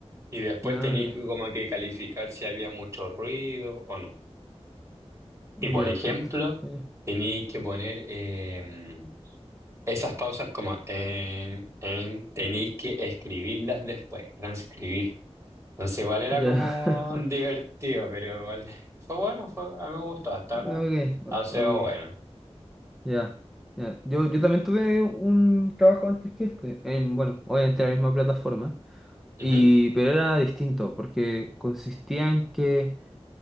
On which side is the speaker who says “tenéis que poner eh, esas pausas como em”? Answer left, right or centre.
Right